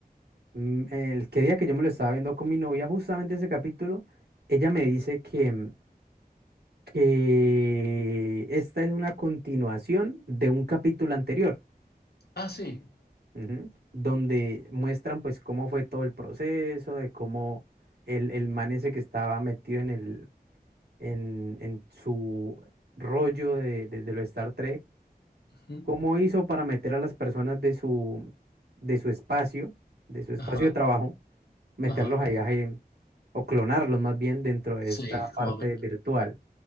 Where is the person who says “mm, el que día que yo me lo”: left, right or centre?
Right